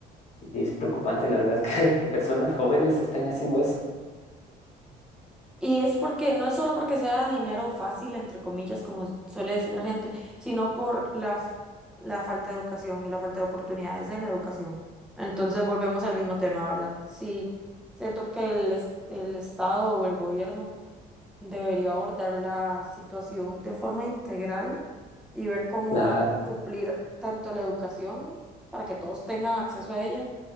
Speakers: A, on the left; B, in the centre.
A: y es preocupante, la verdad, <laughs> que, que personas jóvenes están haciendo eso.
B: Y es porque, no es solo porque sea dinero fácil, entre comillas, como suele decir la gente, sino por la, f- la falta de educación y la falta de oportunidades en la educación. Entonces volvemos al mismo tema, ¿verdad? Sí, siento que el, es- el Estado o el gobierno debería abordar la situación de forma integral y ver cómo
A: Claro,
B: suplir tanto la educación para que todos tengan acceso a ella